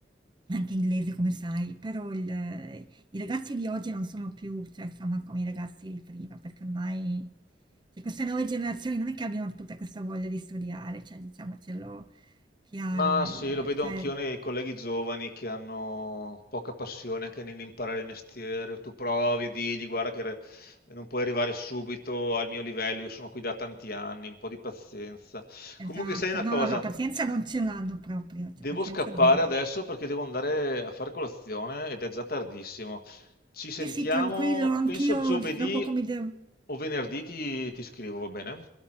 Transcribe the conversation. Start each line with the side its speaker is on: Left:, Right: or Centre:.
Right: anche inglese come sai, però il- i ragazzi di oggi non sono più, cioè, insomma, come i ragazzi di prima, perché ormai cioè, queste nuove generazioni non è che abbiano tutta questa voglia di studiare, cioè diciamocelo chiaro,
Left: Ma
Right: il-
Left: sì, lo vedo
Right: cioè,
Left: anch'io nei colleghi giovani che hanno poca passione anche nell'imparare il mestiere. Tu provi e digli, guarda che re- non puoi arrivare subito al mio livello, io sono qui da tanti anni, un po' di pazienza.
Right: Esatto,
Left: Comunque, sai una
Right: no,
Left: cosa,
Right: no, la pazienza non ce l'hanno proprio,
Left: devo
Right: cioè pazienza
Left: scappare
Right: zero.
Left: adesso perché devo andare a fare colazione ed è già tardissimo. Ci sentiamo,
Right: Sì, sì, tranquillo, anch'io
Left: penso giovedì
Right: tra poco mi devo...
Left: o venerdì ti, ti scrivo, va bene?